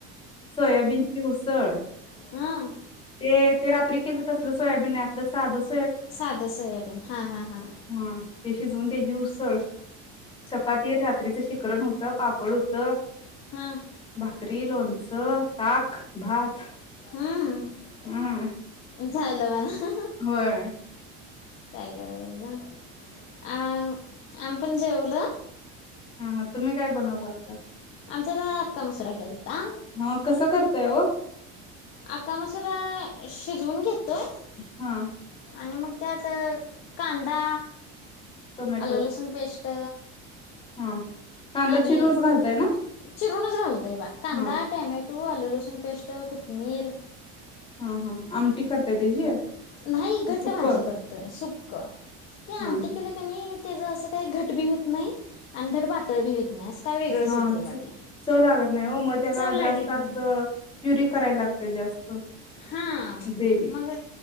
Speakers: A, on the left; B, on the left.
A: सोयाबीनची उसळ.
B: हं.
A: ते ते रात्री केलंत तसलं सोयाबीन नाही आपलं साधच
B: साधं सोयाबीन हां, हां, हां.
A: हा ते शिजवून त्याची उसळ चपाती राक रात्रीचं शिखरण होतं, पापड होतं.
B: हं.
A: भाकरी, लोणचं ताक, भात.
B: हं.
A: हं.
B: झालं म्हणा.
A: होय.
B: काय करायचसा? अ आम्ही पण जेवलो.
A: हा हा तुम्ही काय बनवलं होत
B: आमच्यात आक्का मसुरा केेलता.
A: हं कसं करताय ओ?
B: आक्का मसुरा शिजवून घेतोय.
A: हा.
B: आणि मग त्यात कांदा
A: टोमॅटो
B: आल्ल लसुन पेश् ट
A: हा. कांदा
B: आणि
A: चिरूनच घालताय ना?
B: चिरूनच घालतोय बा कांदा
A: हा
B: टॅमेट् टू् आल, लसूण पेस्ट कुथमीर
A: हा, हा. आमटी करताय त्याची?
B: नाही घट्ट
A: सुकं?
B: भाजी करतोय, सुक ते
A: हा
B: आमटी
A: हा
B: केलं कनई त्याच असं काही घट बी होत नाही आणि धड पातळ बी होत नाही असं काय वेगळंच
A: हा
B: होतं आहे बा ते
A: चव लागत नाही ओ. मग त्याला
B: चव लागत
A: जास्त अस
B: नाही
A: प्युरी करायला लाग का जास्त
B: हा,
A: ग्रेवी
B: मग